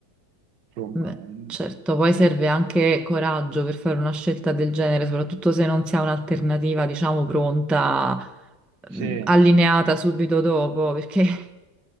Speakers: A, on the right (about 70°); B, in the centre.
A: Insomma,
B: Beh,
A: ehm,
B: certo, poi serve anche coraggio per fare una scelta del genere, soprattutto se non si ha un'alternativa, diciamo, pronta,
A: sì.
B: mh, allineata subito dopo, perché <laughs>